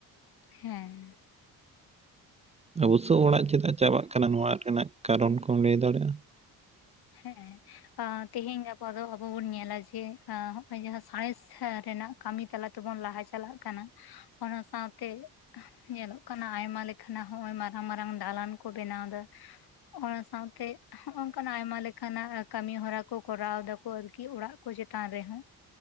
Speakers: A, on the left; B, on the right.
A: ᱦᱮᱸ,
B: ᱵᱩᱥᱩᱵ ᱚᱲᱟᱜ ᱪᱮᱫᱟᱜ ᱪᱟᱵᱟᱜ ᱠᱟᱱᱟ ᱱᱚᱣᱟ ᱨᱮᱱᱟᱜ ᱠᱟᱨᱚᱱ ᱠᱚᱢ ᱞᱟᱹᱭ ᱫᱟᱲᱮᱭᱟᱜ-ᱟ᱾
A: ᱦᱮᱸ ᱛᱮᱦᱤᱧ ᱜᱟᱯᱟ ᱫᱚ ᱟᱵᱚ ᱵᱚᱱ ᱧᱮᱞᱟ ᱡᱮ ᱦᱚᱸᱼᱚᱭ ᱡᱟᱦᱟᱸ ᱥᱟᱸᱬᱮᱥ ᱦᱮᱸ ᱨᱮᱱᱟᱜ ᱠᱟᱹᱢᱤ ᱛᱟᱞᱟ ᱛᱮᱵᱚᱱ ᱞᱟᱦᱟ ᱪᱟᱞᱟᱜ ᱠᱟᱱᱟ ᱚᱱᱟ ᱥᱟᱶᱛᱮ ᱧᱮᱞᱚᱜ ᱠᱟᱱᱟ ᱟᱭᱢᱟ ᱞᱮᱠᱟᱱᱟᱜ ᱦᱚᱸᱜ-ᱚᱭ ᱢᱟᱨᱟᱝ ᱢᱟᱨᱟᱝ ᱫᱟᱞᱟᱱ ᱠᱚ ᱵᱮᱱᱟᱣᱫᱟ᱾ ᱚᱱᱟ ᱥᱟᱶᱛᱮ ᱦᱚᱸᱜ-ᱚ ᱟᱭᱢᱟ ᱞᱮᱠᱟᱱᱟᱜ ᱠᱟᱹᱢᱤ ᱦᱚᱨᱟ ᱠᱚ ᱠᱚᱨᱟᱣ ᱫᱟᱠᱚ ᱟᱨᱠᱤ ᱚᱲᱟᱜ ᱠᱚ ᱪᱮᱛᱟᱱ ᱨᱮᱦᱚᱸ᱾